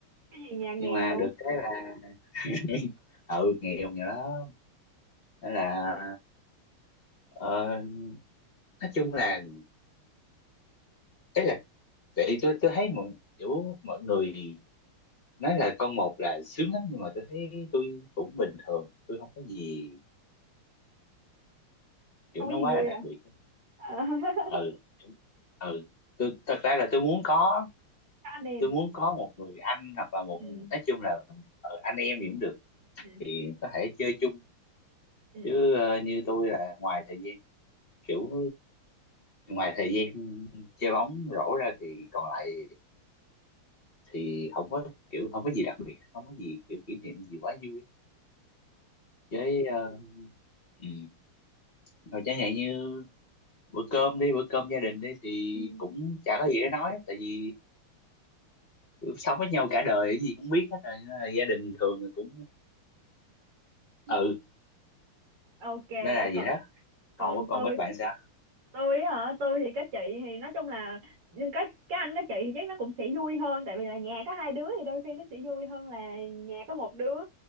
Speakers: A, on the right (about 55°); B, on the left (about 35°).
A: cái gì nhà nghèo
B: nhưng mà được cái là <laughs> ừ nghèo nghèo lắm nên là ờ, nói chung là đấy là tại tôi tôi thấy mọi kiểu mọi người nói là con một là sướng lắm nhưng mà tôi thấy tôi cũng bình thường tôi không có gì kiểu
A: không
B: nó
A: có gì
B: quá
A: vui
B: là đặc
A: à
B: biệt
A: Ờ, <laughs>
B: ừ ừ tôi thật ra là tôi muốn có
A: có anh em
B: tôi muốn có một người anh hoặc là một
A: ừ
B: người- nói chung là ờ, anh em gì cũng được
A: ừ
B: thì có thể chơi chung
A: ừ
B: chứ ờ, như tôi là ngoài thời gian kiểu ngoài thời gian chơi bóng rổ ra thì còn lại thì không có kiểu không có gì đặc biệt không có gì kiểu kỷ niệm gì quá vui với uh, ừ. rồi chẳng hạn như bữa cơm đi bữa cơm gia đình đi thì
A: ừ
B: cũng chả có gì để nói tại vì kiểu sống với nhau cả đời cái gì cũng biết hết rồi nên là gia đình thường là cũng
A: ừ.
B: ừ
A: ok
B: nên là vậy
A: còn
B: đó
A: còn
B: còn còn
A: tôi
B: bên bạn sao
A: tôi á hả tôi thì các chị thì nói chung là nhưng các các anh các chị thì chắc nó cũng sẽ vui hơn tại vì là nhà có hai đứa thì đôi khi nó sẽ vui hơn là nhà có một đứa